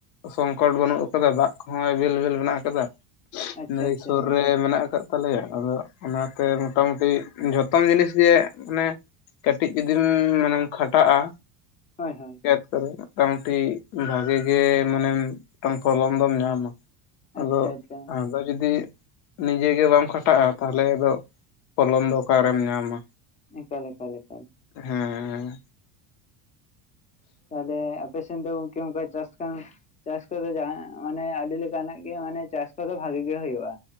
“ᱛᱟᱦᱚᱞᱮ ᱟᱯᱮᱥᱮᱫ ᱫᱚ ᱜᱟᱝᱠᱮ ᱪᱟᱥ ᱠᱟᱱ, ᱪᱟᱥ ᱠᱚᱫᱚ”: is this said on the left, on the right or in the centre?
Left